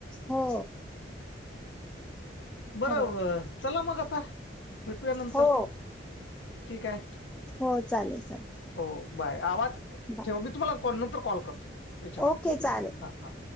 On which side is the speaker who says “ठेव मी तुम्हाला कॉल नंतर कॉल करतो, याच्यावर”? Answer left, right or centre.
Left